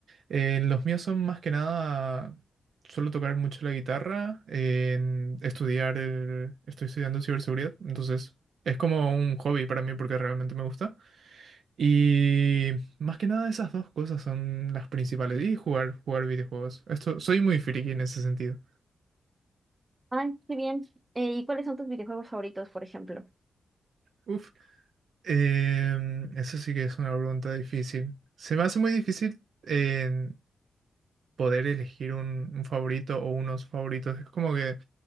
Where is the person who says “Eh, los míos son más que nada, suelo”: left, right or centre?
Right